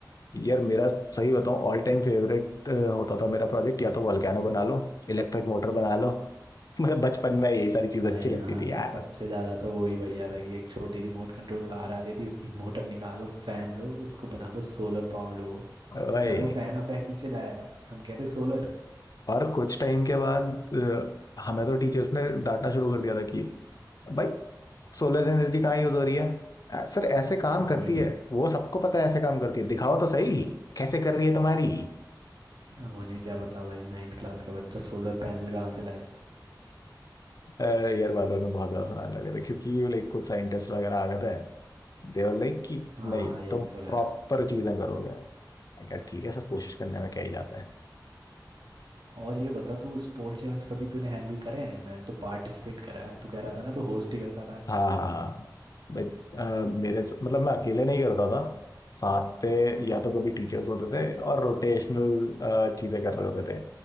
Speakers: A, on the left (about 55°); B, on the right (about 85°).
A: यार मेरा सही बताऊं ऑल टाइम फेवरेट होता था मेरा प्रोजेक्ट या तो वोल्केनो बना लो इलेक्ट्रिक मोटर बना लो <laughs> मतलब बचपन में यही सारी चीज
B: भाई
A: अच्छी लगती
B: हाँ
A: थी यार
B: सबसे ज़्यादा तो वही बढ़िया था कि एक छोटी रिमोट कंट्रोल कार आती थी उसकी मोटर निकालो फैन लो उसको बता दो सोलर पावर्ड हो
A: भाई
B: चल वो फैन अब बैटरी से लाया है, हम कह रहे सोलर
A: और कुछ टाइम के बाद अ, हमें तो टीचर्स ने डांटना शुरू कर दिया था कि भाई सोलर एनर्जी कहाँ यूज हो रही है अ, सर ऐसे काम
B: वही
A: करती है
B: तो
A: वो सबको पता है ऐसे काम करती है दिखाओ तो सही कैसे कर रही है तुम्हारी
B: अब उन्हें क्या बता भाई नाइन्थ क्लास का बच्चा सोलर पैनल कहाँ से लाए
A: अ, यार बाद में तो बहुत ज्यादा सुनाने लगे थे क्योंकि लाइक कुछ साइंटिस्ट वगैरह आ गए थे देवर लाइक कि
B: हाँ
A: नहीं
B: ये
A: तुम
B: तो है
A: प्रॉपर चीजें करोगे मैं कहा ठीक है सर कोशिश करने में क्या ही जाता है
B: और ये बता तू स्पोर्ट्स इवेंट्स कभी तूने हैंडल करे हैं मैंने तो पार्टिसिपेट करा है तू कह रहा था ना तू होस्ट ही करता था
A: हाँ हाँ हाँ। भाई अ, मेरे स- मतलब मैं अकेले नहीं करता था साथ पे या तो कभी टीचर्स होते थे और रोटेशनल चीजें कर रहे होते थे